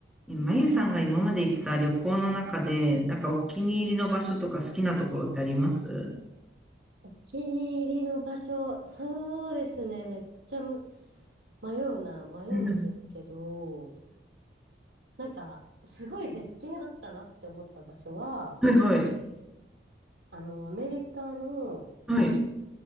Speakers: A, in the centre; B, on the right.
A: えまゆさんが今まで行った旅行の中で、なんかお気に入りの場所とか好きなところってあります
B: 気に入りの場所、そうですね、めっちゃむ迷うな、迷うんですけど、
A: うん
B: なんか、すごい絶景だったなって思った場所は、
A: はい、
B: あの、アメリカの、
A: はい、